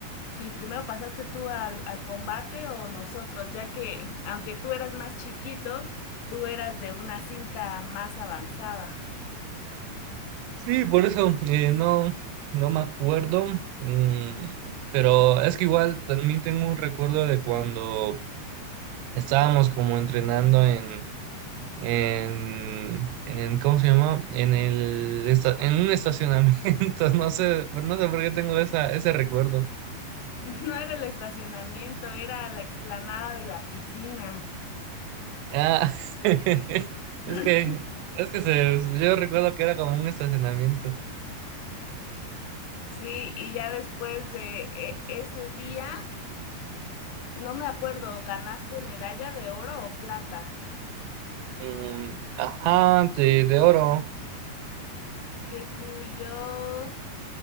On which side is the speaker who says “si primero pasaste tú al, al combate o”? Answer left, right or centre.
Left